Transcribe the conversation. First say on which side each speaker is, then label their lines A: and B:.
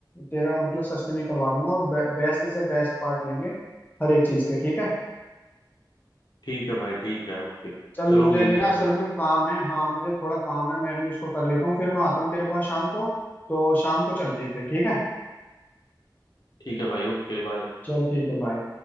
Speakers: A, on the left; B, on the left.
A: तेरा मतलब सस्ते में ही करवा दूंगा और बेस्ट से बेस्ट पार्ट लेंगे हर एक चीज के ठीक है
B: ठीक है भाई ठीक है ओके
A: चल
B: चलो
A: मुझे
B: मिलते
A: भी ना
B: हैं
A: असल
B: फिर
A: में काम है हाँ मुझे थोड़ा काम है मैं भी उसको कर लेता हूँ फिर मैं आता हूँ तेरे पास शाम को तो शाम को चलते हैं फिर ठीक है
B: ठीक है भाई ओके बाय
A: चल ठीक है बाय